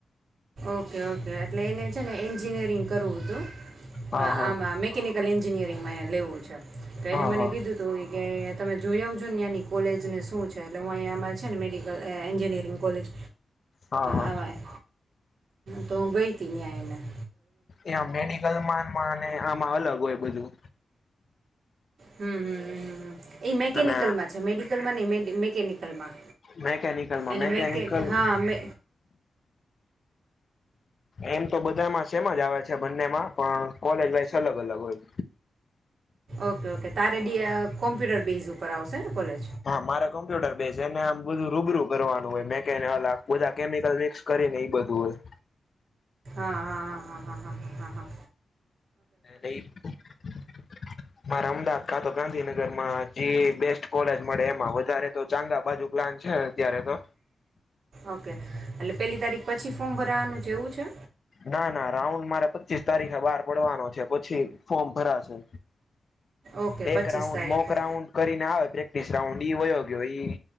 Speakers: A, on the right; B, on the left.
A: ઓકે-ઓકે એટલે એને છે ને એન્જિનિયરિંગ કરવું હતું.
B: હા
A: અહ
B: હા
A: આમાં મિકેનિકલ એન્જિનિયરિંગમાં એન લેવું છે. તો
B: હા
A: એને મને
B: હા
A: કીધું તું ઈ કે તમે જોઈ આવજો ને ન્યાંની કોલેજને શું છે, એટલે હું અહીંયા અમારે છે ને મેડિકલ અહ એન્જિનિયરિંગ કોલેજ
B: હા હા
A: આમાં તો હું ગઈ ન્યાં એના
B: એ મેડિકલમાંન માંને આમાં અલગ હોય બધું
A: હમ્મ-હમ્મ-હમ્મ. ઈ મેકેનિકલમાં
B: અને
A: છે, મેડિકલમાં નહીં, મેડ મેકેનિકલમાં.
B: મેકેનિકલમાં
A: એને
B: મેકેનિકલ
A: મેકેન હા મે
B: એમ તો બધામાં સેમ જ આવે છે બંનેમાં, પણ કોલેજ વાઇસ અલગ-અલગ હોય.
A: ઓકે-ઓકે તારે ડી અહ કોમ્પ્યુટર બેઝ ઉપર આવશે ને કોલેજ?
B: હા મારે કોમ્પ્યુટર બેઝ, એને આમ બધું રૂબરૂ કરવાનું હોય મેકેન ઓલાં બધા કેમિકલ મિક્સ કરીને ઈ બધું હોય.
A: હા-હા-હા-હા-હા-હા-હા-હા.
B: <unintelligible> મારે અમદાવાદ કા તો ગાંધીનગરમાં જી બેસ્ટ કોલેજ મળે એમાં. વધારે તો ચાંગા બાજુ પ્લાન છે અત્યારે તો.
A: ઓકે એટલે પેલી તારીખ પછી ફોર્મ ભરાવાનું એવું છે?
B: ના-ના રાઉન્ડ મારે પચીસ તારીખે બાર પડવાનો છે પછી ફોર્મ ભરાશે.
A: ઓકે પચીસ
B: એક રાઉન્ડ
A: તારીખે
B: મોક રાઉન્ડ કરીને આવે પ્રેક્ટિસ રાઉન્ડ ઈ વયો ગયો ઈ